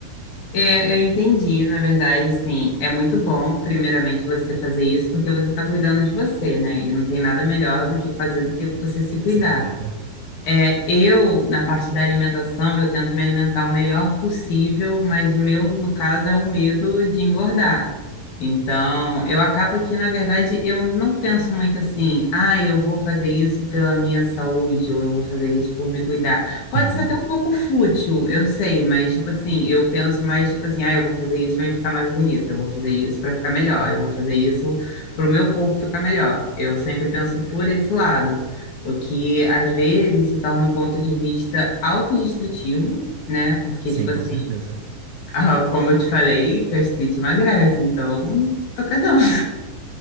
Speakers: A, on the left; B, on the right.
A: É, eu entendi, na verdade, assim, é muito bom, primeiramente, você fazer isso, porque você está cuidando de você, né? E não tem nada melhor do que fazer do que você se
B: com
A: cuidar.
B: Certeza.
A: É, eu, na parte da alimentação, eu tento me alimentar o melhor possível, mas o meu, no caso, é o medo de engordar. Então, eu acabo que, na verdade, eu não penso muito assim, ah, eu vou fazer isso pela minha saúde, ou eu vou fazer isso por me cuidar. Pode
B: Uhum.
A: ser até um pouco fútil, eu sei, mas, tipo assim, eu penso mais, tipo assim, ah, eu vou fazer isso para me ficar mais bonita, eu vou fazer isso para ficar melhor, eu vou fazer isso para o meu corpo ficar melhor. Eu sempre penso por esse lado, o que, às vezes, se torna um ponto de vista autodestrutivo, né? Porque,
B: Sim,
A: tipo assim,
B: com certeza.
A: ah, como eu te falei, gastrite emagrece, então tô cagando.